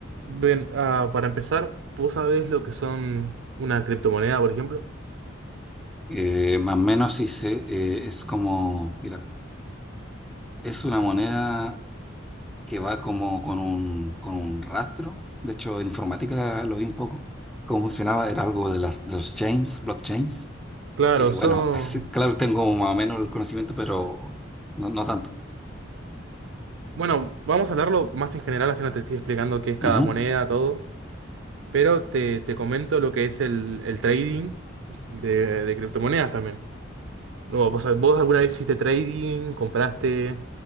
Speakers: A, on the right; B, in the centre.
A: Bien, ah, para empezar, ¿vos sabés lo que son una criptomoneda, por ejemplo?
B: Eh, más o menos sí sé, eh, es como, mira, es una moneda que va como con un, con un rastro. De hecho, en informática lo vi un poco. Cómo funcionaba, era algo de las de los chains, blockchains.
A: Claro,
B: Eh,
A: son...
B: bueno, <laughs> sí, claro, tengo más o menos el conocimiento, pero no, no tanto.
A: Bueno, vamos a hablarlo más en general, así no te estoy explicando qué es cada
B: Ujú.
A: moneda, todo, pero te, te comento lo que es el, el trading de, de criptomonedas también. No, ¿vos, vos alguna vez hiciste trading, compraste